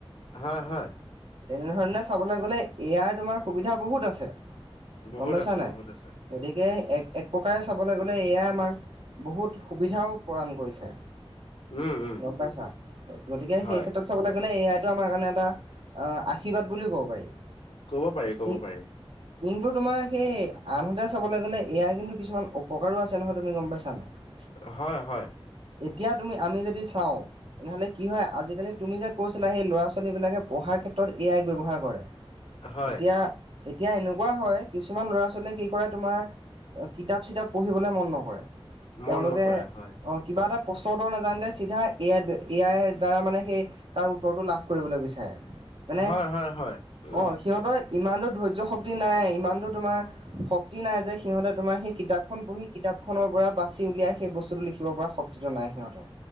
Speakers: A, on the left; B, on the right.
A: হয়', হয়'।
B: তেনেধৰণে চাবলৈ গ'লে, এ আই তোমাৰ সুবিধা বহুত আছে।
A: বহুত
B: গম পাইছা
A: আছে
B: নাই,
A: বহুত আছে
B: গতিকে এক। এক প্ৰকাৰে চাবলৈ গ'লে এ আইয়ে আমাক বহুত সুবিধাও প্ৰদান কৰিছে।
A: উম উম
B: গম পাইছা, গতিকে
A: হয়
B: সেই ক্ষেত্ৰত চাবলৈ গ'লে এ আইটো আমাৰ কাৰণে এটা। অ', আশীৰ্বাদ বুলিও ক'ব পাৰি।
A: ক'ব পাৰি, ক'ব
B: কি
A: পাৰি।
B: কিন্তু তোমাৰ সেই আনহাতে চাবলৈ গ'লে এ আই কিন্তু কিছুমান অপকাৰো আছে নহয়। তুমি গম পাইছা নাই?
A: হয় হয়।
B: এতিয়া তুমি আমি যদি চাওঁ, তেনেহ'লে কি হয় আজিকালি তুমি যে কৈছিলা সেই ল'ৰা -ছোৱালীবিলাকে। পঢ়াৰ ক্ষেত্ৰত এ আই ব্যৱহাৰ কৰে।
A: হয়
B: এতিয়া। এতিয়া এনেকুৱা হয়, কিছুমান ল'ৰা -ছোৱালীয়ে কি কৰে তোমাৰ। কিতাপ চিতাপ পঢ়িবলে মন নকৰে
A: মন
B: তেওঁলোকে
A: নকৰে হয়
B: অ। কিবা এটা প্ৰশ্ন উত্তৰ নাজানিলে চিধা এ আই এ আইৰ দ্বাৰা মানে, সেই তাৰ উত্তৰটো লাভ কৰিবলৈ বিছাৰে। হয় মানে
A: হয় হয় হয় উম
B: অ সিহঁতৰ। ইমানটো ধৈৰ্য শক্তি নাই ইমানটো তোমাৰ। শক্তি নাই। যে সিহঁতে তোমাৰ সেই কিতাপখন পঢ়ি কিতাপখনৰ পৰা বাচি উলিয়াই। সেই বস্তুটো লিখিব পৰা শক্তি। ধৈৰ্য্য নাই সিহঁতৰ।